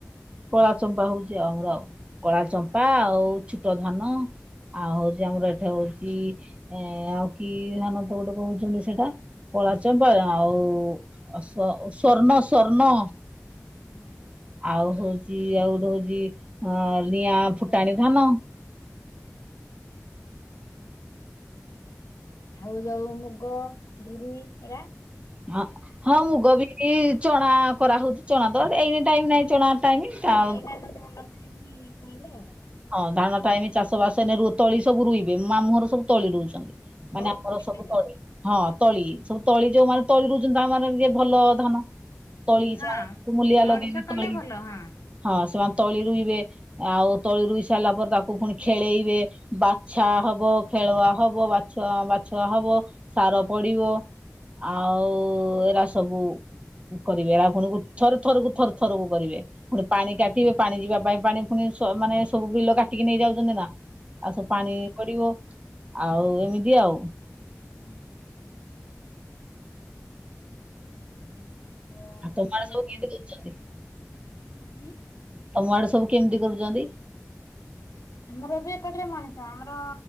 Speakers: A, on the right (about 20°); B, on the left (about 80°).
A: କଳା ଚମ୍ପା ହଉଛି ଆଉ ଆମର ଆଉ କଳା ଚମ୍ପା ଆଉ ଛୋଟ ଧାନ। ଆଉ ହଉଛି ଆମର ଏଠି ହଉଛି ଏ ଆଉ କି ଧାନନ୍ତ ଗୋଟେ କହୁଛନ୍ତି ସେଇଟା? କଳାଚମ୍ପ ଆଉ ସ୍ଵ
B: ବସୁମତୀ
A: ସ୍ଵର୍ଣ୍ଣ ସ୍ଵର୍ଣ୍ଣ।
B: ହଁ।
A: ଆଉ ହଉଛି ଆଉ ଗୋଟେ ହଉଛି ଅ ନିଆଁ ଫୁଟାଣି
B: ବସୁମତୀ
A: ଧାନ।
B: ତରକାରୀ ଆଉ ଯୋଉ ମୁଗ ବିରି ହେରା?
A: ହ ହଁ ମୁଗ, ବିରି, ଚଣା କରାହଉଛି ଚଣା ତ ଏଇନି ଟାଇମ୍ ନାଇଁ। ଚଣା ଟାଇମ୍।
B: ନାଇଁ
A: <unintelligible>
B: ଏଇନା ତ ଧାନ ପାଣି ସଇଲେ ଆଉ
A: ହଁ ଧାନ ଟାଇମ୍ ଚାଷବାସ ଏନ ରୁ ତଳି ସବୁ ରୋଇବେ ମାମୁହଁର ସବୁ ତଳି ରୁଛନ୍ତି
B: ତଳି
A: ମାନେ ଆମର
B: ପକେଇ
A: ସବୁ
B: ସାଇଲଣି?
A: ତଳି ହଁ। ତଳି ସବୁ ତଳି ଯୋଉ ମାନେ ତଳି ରହୁଛନ୍ତି ତା ମାନ ଟିକେ ଭଲ ଧାନ। ତଳି
B: ହଁ
A: ସେମାନେ ମୂଲିଆ
B: ମଣିଷ
A: ଲଗେଇବେ
B: କଲେ
A: ତଳି
B: ଭଲ ହଁ।
A: ହଁ ସେମାନେ ତଳି ରୁଇବେ। ଆଉ ତଳି ରୋଇ ସାରିଲା ପରେ ତାକୁ ପୁଣି ଖେଳେଇବେ ବାଛା ହବ ଖେଳଆ ହବ। ବାଛଆ ବାଛୁଆ ହବ ସାର ପଡିବ ଆଉ ଏରା ସବୁ କରିବେ ଆପଣଙ୍କୁ ଥରେ ଥରକୁ ଥରେ ଥରକୁ କରିବେ। ପୁଣି ପାଣି କାଟିବେ। ପାଣି ଯିବା ପାଇଁ ପାଣି ପୁଣି ମାନେ ସବୁ ବିଲ କାଟିକି ନେଇଯାଉଛନ୍ତି ନା। ଆଉ ସବୁ
B: ହଁ
A: ପାଣି ପଡିବ ଆଉ ଏମିତି ଆଉ
B: <unintelligible> <inaudible>
A: ଆଉ ତମର
B: ମୁଗ
A: ସବୁ
B: ଟାଇମରେ
A: କିନ୍ତ୍ କରୁଛନ୍ତି?
B: ଉଁ
A: ତମ ଆଡେ ସବୁ କେମିତି କରୁଛନ୍ତି?
B: ଆମର ବି ଏପଟରେ ମଣିଷ। ଆମର